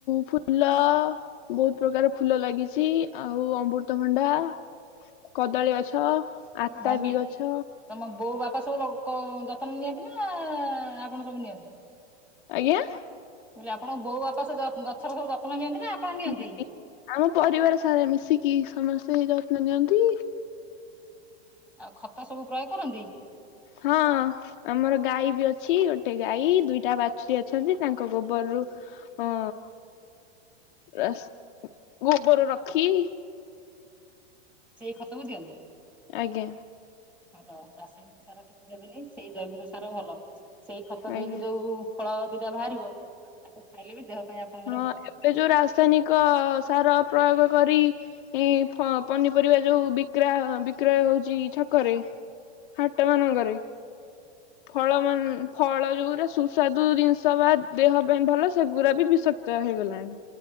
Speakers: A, on the left (about 50°); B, in the centre.
A: ଫୁଲ। ବହୁତ ପ୍ରକାର ଫୁଲ ଲାଗିଚି ଆଉ ଅମୃତଭଣ୍ଡା କଦଳୀ ଗଛ ଆତାପି
B: ମମି
A: ଗଛ।
B: ତମ ବୋଉ ବାପା ସବୁ କୋ ଯତ୍ନ ନିଅନ୍ତି ନା ଆପଣ ସବୁ ନିଅନ୍ତି?
A: ଆଜ୍ଞା।
B: ମୁଁ କହିଲି ଆପଣଙ୍କ ବୋଉ ବାପା ସେ ଗଛର ସବୁ ଯତ୍ନ ନିଅନ୍ତି ନା ଆପଣ ନିଅନ୍ତି?
A: ନାଇଁ ଆମ ପରିବାର ସାରା ମିଶିକି ସମସ୍ତେ ଯତ୍ନ ନିଅନ୍ତି।
B: ଆଉ ଖତ ସବୁ ପ୍ରୟୋଗ କରନ୍ତି?
A: ହଁ। ଆମର ଗାଈ ବି ଅଛି ଗୋଟେ ଗାଈ ଦୁଇଟା ବାଛୁରୀ ଅଛନ୍ତି ତାଙ୍କ ଗୋବରରୁ ଅ ରସ ଗୋବର ରଖି
B: ସେଇ ଖତକୁ ଦିଅନ୍ତି।
A: ଆଜ୍ଞା।
B: ଭଲ ରାସାୟନିକ ସାର କିଛି ଦେବେନି ସେଇ ଜୈବିକ ସାର ଭଲ। ସେଇ ଖତ ଦେଇକି
A: ଆଜ୍ଞା।
B: ଯୋଉ ଫଳ ଦିଟା ବାହାରିବ ତାକୁ ଖାଇଲେ ବି ଦେହ ପାଇଁ ଆପଣଙ୍କର
A: ହଁ
B: ଭଲ।
A: ଏବେ ଯୋଉ ରାସାୟନିକ ସାର ପ୍ରୟୋଗ କରି ଇ ଫ ପନିପରିବା ଯୋଉ ବିକ୍ରା ବିକ୍ରୟ ହଉଚି ଛକରେ ହାଟ ମାନଙ୍କରେ
B: ହ
A: ଫଳ ମା ଫଳ ଯେଉଗୁରା ସୁସ୍ୱାଦୁ ଜିନିଷ ବା ଦେହ ପାଇଁ ଭଲ ସେଗୁଡ଼ା ବି ବିଷ ତ ହେଇଗଲାଣି